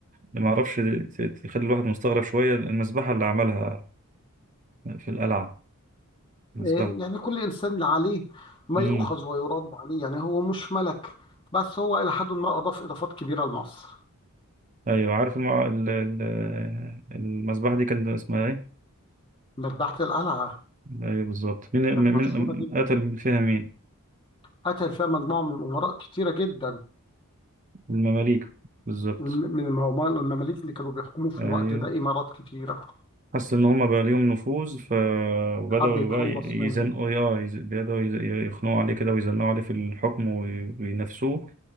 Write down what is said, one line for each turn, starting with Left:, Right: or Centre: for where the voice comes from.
Right: ما أعرفش ت- تخلي الواحد مستغرب شوية المذبحة اللي عملها في القلعة مذبحة
Left: إيه، يعني كل إنسان اللي عليه ما
Right: امم
Left: يؤخذ ويرد عليه يعني هو مش ملك بس هو إلى حد ما أضاف إضافات كبيرة لمصر
Right: ايوه عارف المع... ال... ال... المذبحة دي كان اسمها ايه؟
Left: مذبحة القلعة
Right: ايوه بالظبط مين
Left: كانت
Right: مين
Left: مشهورة
Right: مين-
Left: جدا
Right: قتل فيها مين؟
Left: قتل فيها مجموعة من الأمراء كتيرة جدا
Right: المماليك بالظبط
Left: من من الم- المماليك اللي كانوا بيحكموا في
Right: ايوه
Left: الوقت ده إمارات كتيرة
Right: حس ان هم بقى ليهم نفوذ فبدأوا
Left: حب يتخلص
Right: بقى ي-
Left: منهم
Right: يزنقوا اه يز... بدأوا يز... يخنقوا عليه كده ويزنقوا عليه في الحكم وي... وينافسوه